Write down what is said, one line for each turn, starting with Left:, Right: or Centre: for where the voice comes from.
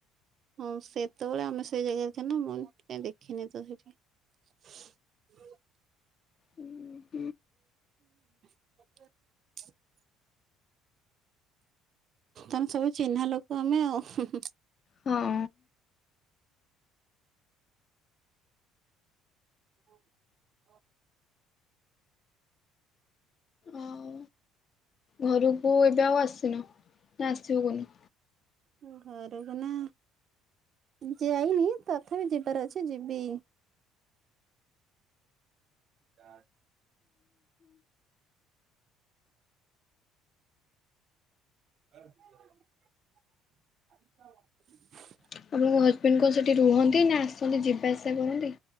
Right: ହଁ ସେତେବେଳେ ଆମେ ସେଇ ଜାଗାରେ ଥିନୁ ମୁଁ କା ଇଦେଖିନି ତ ସେଠି <unintelligible>
Left: ହୁଁ
Right: <unintelligible> ତମେ ସବୁ ଚିହ୍ନା ଲୋକ ଆମେ ଆଉ ହୁ ହୁ
Left: ହଁ
Right: ହ ହ
Left: ଆଉ ଘରକୁ ଏବେ ଆଉ ଆସିନ ନା ଆସିବୁ କନୁ
Right: ଓ ଘରୁ କୁ ନା ଯାଇନି ତଥାପି ଯିବାର ଅଛି ଯିବି <unintelligible> ଆଉ ଆ <unintelligible>
Left: ଆପଣଙ୍କ ହଜବେଣ୍ଡ କଣ ସେଠି ରୁହନ୍ତି ନା ଆସନ୍ତି ଯିବା ଆସିବା କରନ୍ତି?